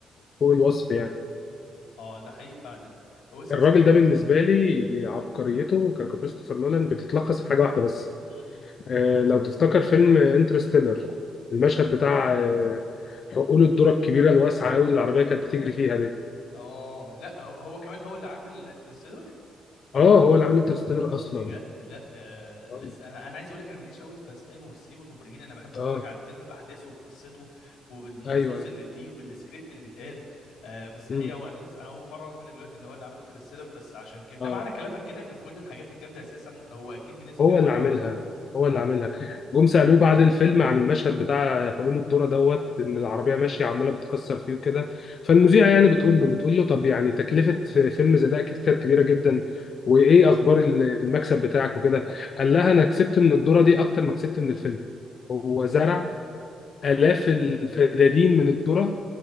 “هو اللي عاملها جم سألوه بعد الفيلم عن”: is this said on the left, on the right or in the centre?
Left